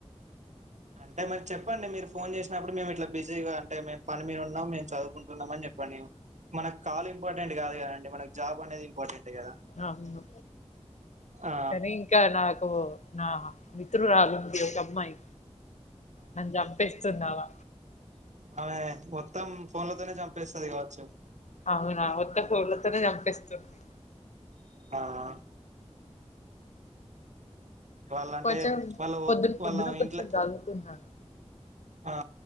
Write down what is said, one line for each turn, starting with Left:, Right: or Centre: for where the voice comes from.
Right: అంటే మరి చెప్పండి మీరు ఫోన్ చేసినప్పుడు మేము ఇట్ల బిజీగా అంటే మేము పని మీద ఉన్నం మేము చదువుకుంటున్నాం అని చెప్ పనియు మనక్ కాల్ ఇంపార్టెంట్ కాదు కదండి. మనక్ జాబ్ అనేది ఇంపార్టెంట్. కదా
Left: అవును
Right: ఆ
Left: కానీ ఇంకా నాకు నా మిత్రురాలు ఉంది ఒక అమ్మాయి, నన్ను చంపేస్తుంది ఆమ
Right: ఆమే మొత్తం ఫోన్లతోనే చంపేస్తది కావచ్చు.
Left: అవునా ఉత్త ఫోన్లతోనే చంపేస్తుంది.
Right: ఆా వాళ్ళ అంటే
Left: కొంచెం
Right: వాళ్ళు
Left: పొద్దున
Right: వాళ్ళ
Left: పొద్దున
Right: ఇంట్లో
Left: కొంచెం చదువుకున్నాను
Right: ఆ